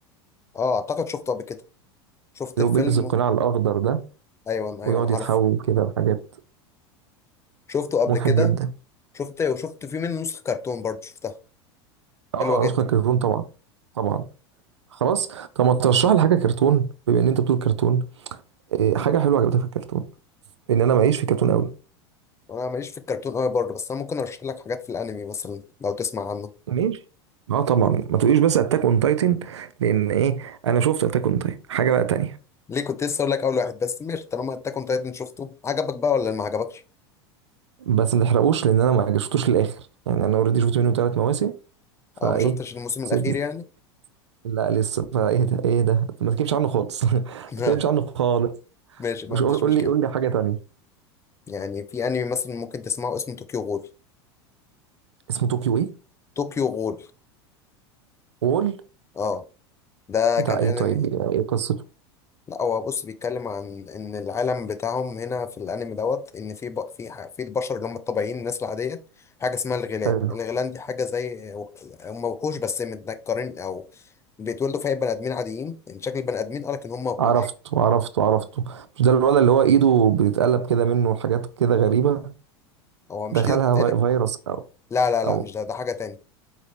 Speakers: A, on the left (about 20°); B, on the right (about 85°).
A: اه أعتقد شفته قبل كده شفت
B: اللي
A: الفيلم
B: هو بيلبس القناع
A: و-
B: الأخضر ده
A: أيوه
B: ويقعد
A: أيوه أنا
B: يتحول
A: عارفه
B: كده لحاجات
A: شفته قبل
B: مضحك
A: كده
B: جدا
A: شفت وشفت فيه منه نسخة كرتون برضه شفتها
B: اه
A: حلوة جدا
B: نسخة كرتون طبعا طبعا خلاص طب ما ترشح لي حاجه كرتون بما ان انت بتقول كرتون إيه حاجه حلوه عجبتك في الكرتون لان انا
A: اه.
B: معيش في كرتون قوي
A: انا ماليش في الكرتون قوي برضه بس انا ممكن ارشح لك حاجات في الانمي مثلا لو تسمع عنه
B: ماشي اه طبعا ما تقوليش بس اتاك اون تايتن لان ايه انا شفت اتاك اون تايتن حاجه بقى تانية
A: ليه كنت لسه اقول لك اول واحد بس ماشي طالما اتاك اون تايتن شفته عجبك بقى ولا ما عجبكش
B: بس ما تحرقوش لان انا ما شفتوش للاخر يعني انا اوريدي شفت منه ثلاث مواسم فايه
A: او ما شفتش الموسم
B: سيبني
A: الاخير يعني
B: لا لسه فايه ده ايه ده ما تكلمش عنه خالص <laughs> ما
A: <laughs>
B: تكلمش عنه خالص
A: ماشي ما عنديش
B: قول قول
A: مشكله
B: لي قول لي حاجه تانية
A: يعني في انمي مثلا ممكن تسمعه اسمه طوكيو غول
B: اسمه طوكيو ايه
A: طوكيو غول
B: وول
A: اه ده
B: بتاع
A: كان
B: ايه
A: انمي
B: طيب ايه قصته
A: لا هو بص بيتكلم عن ان العالم بتاعهم هنا في الانمي دوت ان في ب... في ح- في البشر اللي هم الطبيعيين الناس العاديه حاجه اسمها الغيلان
B: حلو.
A: الغيلان دي حاجه زي هم وحوش بس متنكرين او بيتولدوا في بني ادمين عاديين ان شكل البني ادمين قالك ان هم وحوش
B: عرفته عرفته عرفته مش ده الولد اللي هو ايده بتتقلب كده منه وحاجات كده غريبة
A: هو مش
B: دخلها
A: ايده بتتقلب
B: في- فيروس او
A: لا لا لا
B: او
A: مش ده ده حاجه تاني